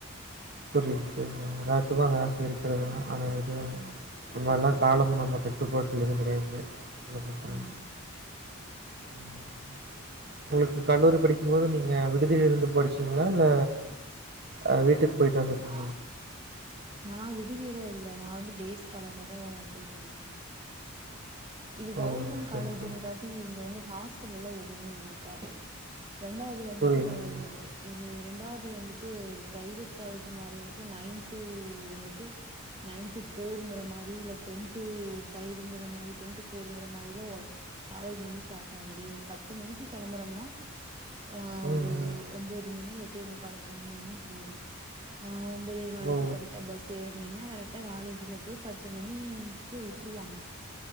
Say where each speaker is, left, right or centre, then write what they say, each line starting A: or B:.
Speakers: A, on the right; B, on the right.
A: புரிது புரிது எல்லாத்துக்கும் அந்த ஆச இருக்கிறது தான் ஆனா எதுவும்
B: அ,
A: நம்மல்லாம் காலம் நம்மக்கு கட்டுப்பாட்டில் எதும் கிடையாது என்ன பண்ணுறாங்க
B: அ.
A: ம் உங்களுக்கு கல்லூரி படிக்கும் போது நீங்க விடுதில இருந்து படிச் சிருகிங்களா இல்ல அ வீட்டுக்கு போய்ட்டு வந்துட்டு
B: ஆ
A: இரு
B: நா விடுதியில இல்ல நா வந்து டேஸ்கலராதா போய்ட்டு இருந் வந்துட்டு இருந்தேன் இது
A: ஓ!
B: கவுவர்மெண்ட்
A: சரி,
B: காலேஜ்
A: சரி.
B: இங்க டீ இங்க வந்து ஹாஸ்டல்ல எல்ல எதுவுமே இருக்காது ரெண்டாவது வந்துட்டு
A: புரியுது, புரியுது.
B: இது ரெண்டாவது வந்துட்டு பிரைவேட் காலேஜ் மாரி வந்துட்டு நைன் டூ வந்துட்டு நைன் டூ போருங்கிற மாரி இல்ல டென் டூ பைவ்ங்கிற மாரி டென் டூ போர்ங்கிற மாரிலா ஒர்க் காலேஜ் வந்து ஸ்டார்ட் ஆவாது பத்து மணிக்கு கிளம்புறோம்னா ஆ
A: ம்,
B: ஒரு
A: ம்.
B: ஒன்போது மணி எட்டே முக்கால் கிளம்பினீங்கன்னா போதும் ஆ ஒன்பதே காலுக்கு
A: ஓ!
B: கரெக்ட் டா பஸ் ஏறனீங்கன்னா கரெக்டா காலேஜ்ல போய் பத்து மணிக்கு வுட்டுருவாங்க